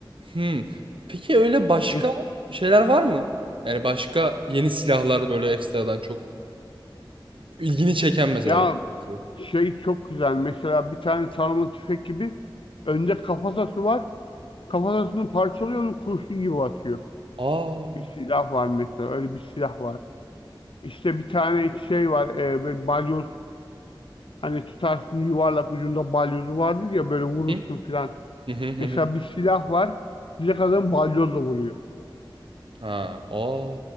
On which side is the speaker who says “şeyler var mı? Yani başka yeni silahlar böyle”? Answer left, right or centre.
Right